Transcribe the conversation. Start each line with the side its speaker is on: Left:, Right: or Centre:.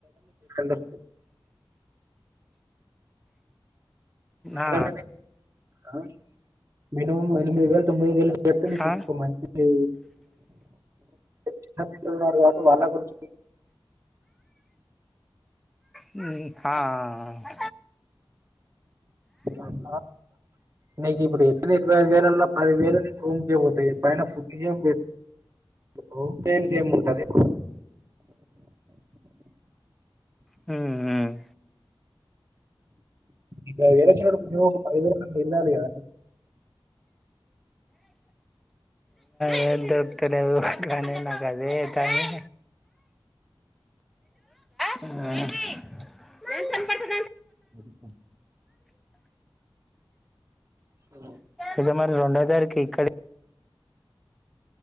Right: దొరుకుతుంది ఎందుకంటే
Centre: ఆ ఆ
Right: నీకు మినిమం ఎనిమిది వేలు తొమ్మిది వేలు పడితే నీకు
Centre: ఆ
Right: మంత్లీ చిన్నపిల్లలు ఉన్నారు కాబట్టి వాళ్ల గురించి
Centre: హుమ్ ఆ ఆ
Right: ఆ నీకు ఇప్పుడు చెప్పనే చెప్పు ఇరవై ఐదు వేలల్ల పది వేలు నీ రూమ్ కే పోతాయి పైన ఫుడ్డు ఏమ్ పెడతావ్ ఏముంటది
Centre: హు హామ్
Right: ఇంకా వేరే చోటుకి పో ఒక పదివేల అన్నా దొరకాలి కదా
Centre: ఏం దొరుకుతలేవు రంది నాకు అదే అయితాంది హా
Right: సరిగ్గా ఆ
Centre: ఇగా మరి రెండో తారీకి ఇక్కడి